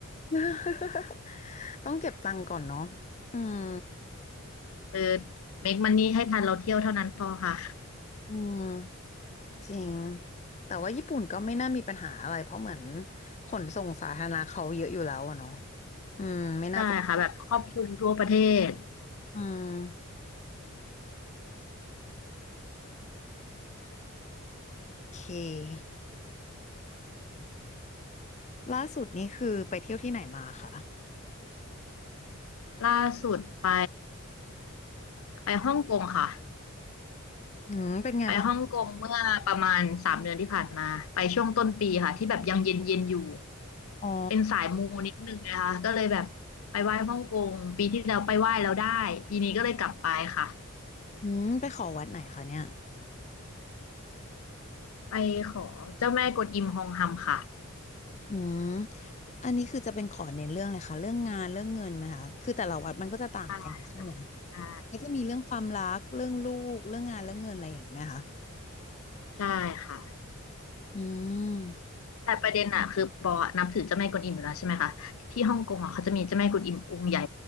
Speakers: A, on the left; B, on the left.
A: <laughs> ต้องเก็บตังค์ก่อนเนาะอืม
B: เออเมคมันนี่ให้ทันเราเที่ยวเท่านั้นพอค่ะ
A: อืมจริงแต่ว่าญี่ปุ่นก็ไม่น่ามีปัญหาอะไรเพราะเหมือนขนส่งสาธารณะเขาเยอะอยู่แล้วอะเนาะอืมไม่น่าจะ
B: ใช่ค่ะแบบครอบคลุมทั่วประเทศ
A: อืมโอเคล่าสุดนี่คือไปเที่ยวที่ไหนมาคะ
B: ล่าสุดไปไปฮ่องกงค่ะ
A: อืมเป็นไงบ้าง
B: ไปฮ่องกงเมื่อประมาณสามเดือนที่ผ่านมาไปช่วงต้นปีค่ะที่แบบยังเย็นเย็นอยู่
A: อ๋อ
B: เป็นสายมูนิดนึงนะคะก็เลยแบบไปไหว้ฮ่องกงปีที่แล้วไปไหว้แล้วได้ปีนี้ก็เลยกลับไปค่ะ
A: อืมไปขอวัดไหนคะเนี่ย
B: ไปขอเจ้าแม่กวนอิมฮองฮัมค่ะ
A: อืม อันนี้คือจะเป็นขอเน้นเรื่องเลยค่ะเรื่องงานเรื่องเงินไหมคะคือแต่ละวัดมันก็จะต่างกันใช่ไหม
B: ใช่ใช่
A: ก็จะมีเรื่องความรักเรื่องลูกเรื่องงานเรื่องเงินอะไรอย่างนี้ไหมคะ
B: ใช่ค่ะ
A: อืม
B: แต่ประเด็นอะคือปอนับถือเจ้าแม่กวนอิมอยู่แล้วใช่ไหมคะที่ฮ่องกงอะเขาจะมีเจ้าแม่กวนอิมองค์ใหญ่